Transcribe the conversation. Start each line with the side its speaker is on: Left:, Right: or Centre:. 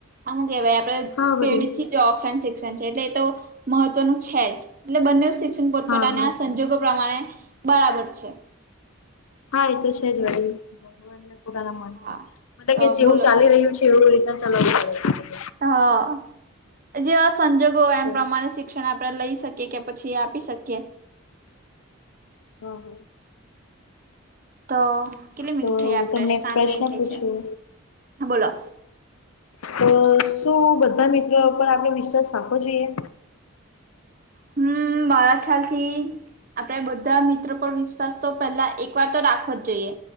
Right: આમ કેવાય આપણે
Left: હા વરી
Right: પેઢી થી ઓફલાઈન શિક્ષણ છે એટલે એ તો, મહત્વનું છે જ એટલે બંને શિક્ષણ પોતપોતાના
Left: હા હા
Right: સંજોગો પ્રમાણે, બરાબર છે.
Left: હા એ તો છે જ, ભાઈન એ પોતાના માણસ
Right: હા
Left: ન મતલબ
Right: તો
Left: કે જેવું
Right: બોલો
Left: ચાલી રહ્યું છે. કેવ એ ચલાવાગ. <unintelligible>
Right: હા, જે સંજોગોય
Left: તો
Right: એમ પ્રમાણે શ શિક્ષણ આપણે લઈ શકીએ કે પછી આપી શકીએ.
Left: હ હ.
Right: તો કેટલી મિનિટ
Left: તો
Right: થઈ
Left: હ
Right: આપડે
Left: તમને એક
Right: સાત
Left: પ્રશ્ન
Right: મિનિટ થઈ
Left: પૂછું.
Right: છે હા બોલો
Left: તો શું બધા મિત્રો પર આપણે વિશ્વાસ આપખવો જોઈએ?
Right: હમ મારા ખ્યાલથી આપડણે બધા મિત્રો પર વિશ્વાસ તો પેલા એક વાર તો રાખવો જ જોઈએ.